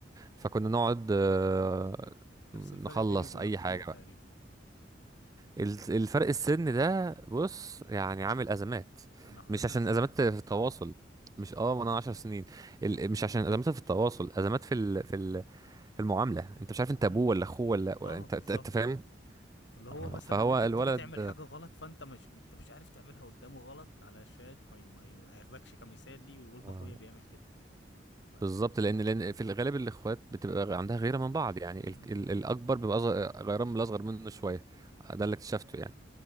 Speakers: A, on the right (about 20°); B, on the left (about 70°).
A: فكنا
B: أوه.
A: نقعد آه،
B: نفس
A: نخلص
B: الفرق بيني وبين
A: اي
B: اخويا
A: حاجه
B: تقريبا
A: الت- الفرق السن ده بص يعني عامل ازمات
B: انا 11
A: مش عشان
B: سنه
A: ازمات في التواصل مش اه ما انا 10 سنين ال... مش عشان ازمات في التواصل ازمات في ال... في ال... في المعامله انت مش عارف انت
B: م-
A: ابوه ولا اخوه ولا
B: اه
A: ولا انت
B: بالظبط
A: انت أنت فاهم
B: كده واللي هو
A: آه
B: مثلا
A: فهو
B: انت
A: الولد
B: بتيجي تعمل حاجه غلط فانت مش انت مش عارف تعملها قدامه غلط علشان ما ي- ما, ي- ما ياخدكش كمثال ليه ويقول ما
A: آه
B: اخويا بيعمل كده ف
A: بالظبط لان لان في الغالب الاخوات بتبقى عندها غيره من بعض يعني
B: مم.
A: ال... ال... الاكبر بيبقى أصغر... غيران من الاصغر منه شويه ده اللي اكتشفته يعني